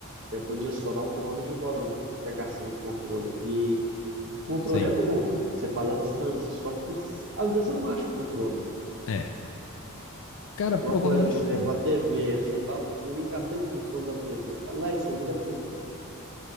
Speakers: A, on the right (about 55°); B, on the left (about 60°).
A: eu podia só dar o comando de voz, eu não tenho que ficar caçando o controle, que controle
B: Sim.
A: é bom, você faz à distância, só que s- às vezes você não acha o controle.
B: É. Cara,
A: Igual,
B: provavelmente
A: por exemplo,
B: tem.
A: a TV, você tá ali, cadê o controle da TV? Alexa, liga a TV.